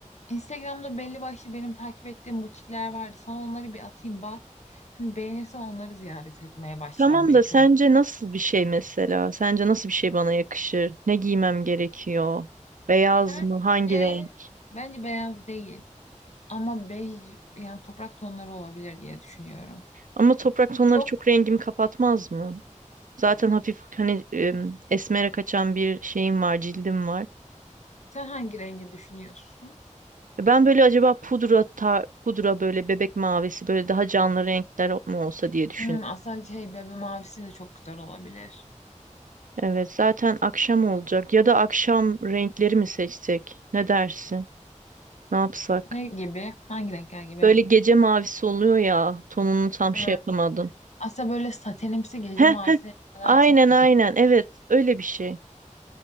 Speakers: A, on the left; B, on the right.
A: Instagram'da belli başlı benim takip ettiğim butikler vardı. Sana onları bir atayım bak. Hani beğenirsen onları ziyaret etmeye başlayalım
B: Tamam
A: ilk
B: da sence
A: önce.
B: nasıl bir şey mesela? Sence nasıl bir şey bana yakışır? Ne giymem gerekiyor? Beyaz
A: Bence
B: mı? Hangi renk?
A: bence beyaz değil ama bej yani toprak tonları olabilir diye düşünüyorum.
B: Ama toprak tonları
A: Çok
B: çok rengimi kapatmaz mı? Zaten hafif hani em, esmere kaçan bir şeyim var, cildim var.
A: sen hangi rengi düşünüyorsun?
B: E Ben böyle acaba pudra ta- pudra böyle bebek mavisi böyle daha canlı renkler mi olsa diye düşündüm.
A: Hmm, aslında şey bebe mavisi de çok güzel olabilir.
B: Evet, zaten akşam olacak ya da akşam renkleri mi seçsek? Ne dersin? Ne yapsak?
A: Ne gibi? Hangi renkler gibi?
B: Böyle gece mavisi oluyor ya. Tonunu tam
A: Hmm,
B: şey yapamadım.
A: aslında böyle satenimsi gece
B: Heh,
A: mavisi renkler
B: aynen
A: çok güzel.
B: aynen. Evet, öyle bir şey.